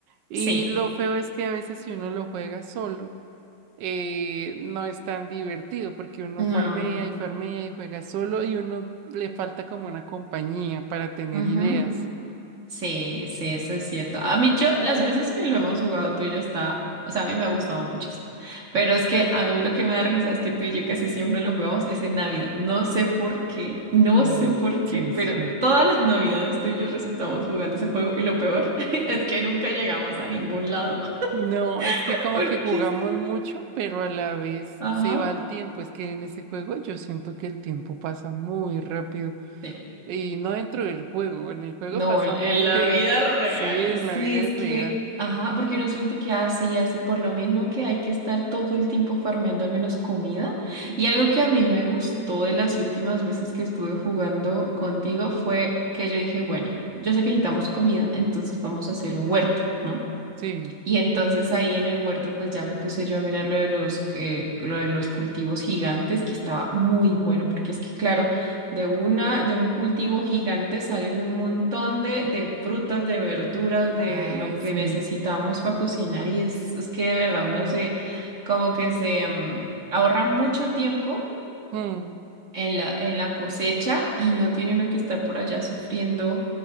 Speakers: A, on the right; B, on the right.
A: Y
B: Sí,
A: lo feo es que a veces si uno lo juega solo, eh, no es tan divertido porque uno
B: no.
A: farmea y farmea y juega solo y uno le falta como una compañía para tener
B: Ujú.
A: ideas.
B: Sí, sí, eso es cierto. A mí, yo, las veces que lo hemos jugado tú y yo está, o sea, a mí me ha gustado muchísimo. Pero es que a mí lo que me da risa es que tú y yo casi siempre lo jugamos es en Navidad. No sé por qué, no
A: Mm,
B: sé por
A: sí,
B: qué,
A: es
B: pero
A: cierto.
B: todas las Navidades tú y yo resultamos jugando ese juego y lo peor <laughs> es que nunca llegamos a ningún lado.
A: No, es
B: <laughs>
A: que como
B: Porque
A: que jugamos
B: es que,
A: mucho, pero a la vez
B: ajá.
A: se va el tiempo. Es que en ese juego yo siento que el tiempo pasa muy rápido.
B: sí.
A: Y no dentro del juego, en el juego
B: No,
A: pasa
B: en, en
A: muy
B: la
A: <laughs> lento.
B: vida real,
A: Sí, en
B: sí,
A: la vida
B: es
A: real.
B: que, ajá, porque uno siente que hace y hace por lo mismo que hay que estar todo el tiempo farmeando al menos comida. Y algo que a mí me gustó de las últimas veces que estuve jugando contigo fue que yo dije, bueno, yo sé que necesitamos comida, entonces vamos a hacer un huerto, ¿no?
A: Sí.
B: Y entonces ahí en el huerto pues ya me puse yo a mirar lo de los, eh, lo de los cultivos gigantes, que estaba muy bueno, porque es que claro, de una, de un cultivo gigante salen un montón de, de frutas, de verduras, de
A: Ay,
B: lo que
A: sí.
B: necesitamos para cocinar y es, es que de verdad uno se, como que se mm, ahorra mucho tiempo
A: Mm.
B: en la, en la cosecha y no tiene uno que estar por allá sufriendo,